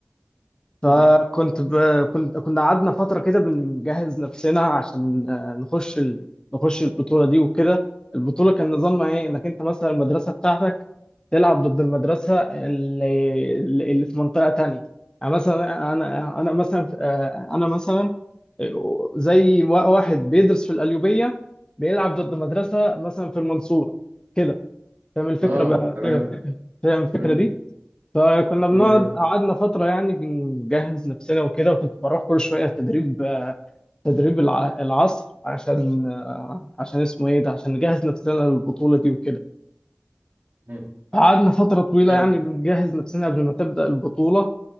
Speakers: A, on the left (about 20°); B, on the right (about 55°).
A: فكنت
B: مم.
A: ب... كنت كنا قعدنا فترة كده بنجهز نفسنا عشان آه، نخش ال... نخش البطولة دي وكده البطولة كان نظامها ايه انك انت مثلا المدرسة بتاعتك تلعب ضد المدرسة اللي, اللي في منطقة تانية يعني مثلا انا انا مثلا آه، انا مثلا آه، زي وا- واحد بيدرس في القليوبية بيلعب ضد مدرسة مثلا في المنصورة كده فاهم الفكرة
B: اه
A: بقى
B: تمام
A: فاهم الفكرة فاهم الفكرة
B: فهمت
A: دي فكنا بنقعد
B: مم، فهمت
A: قعدنا فترة يعني بنجهز نفسنا وكده وكنت بروح كل شوية تدريب تدريب الع- العصر عشان عشان اسمه ايه ده عشان نجهز نفسنا للبطولة دي وكده
B: مم،
A: قعدنا فترة طويلة
B: حلو
A: يعني بنجهز نفسنا قبل ما تبدأ البطولة